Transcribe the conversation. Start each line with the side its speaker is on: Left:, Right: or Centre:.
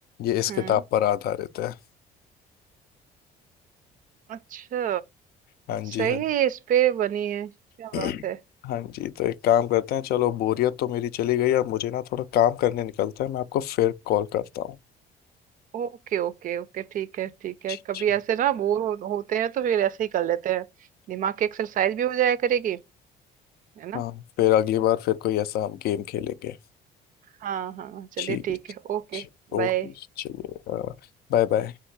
Left: ये इस
Right: हम्म
Left: किताब पर आधारित है
Right: अच्छा
Left: हाँ
Right: सही
Left: जी हाँ
Right: है ये इस पे बनी है क्या
Left: <clears throat>
Right: बात है
Left: हाँ जी तो एक काम करते हैं चलो बोरियत तो मेरी चली गई अब मुझे ना थोड़ा काम करने निकलता है मैं आपको फिर कॉल करता हूँ
Right: ओके ओके ओके ठीक है ठीक है
Left: ठीक
Right: कभी
Left: ठीक
Right: ऐसे ना बोर हो, होते हैं तो फिर ऐसे ही कर लेते हैं दिमाग की एक्सरसाइज भी हो जाया करेगी है ना
Left: हाँ फिर अगली बार फिर कोई ऐसा हम गेम खेलेंगे
Right: हाँ हाँ चलिए
Left: ठीक
Right: ठीक है ओके
Left: है ओके
Right: बाय
Left: चलिए Bye bye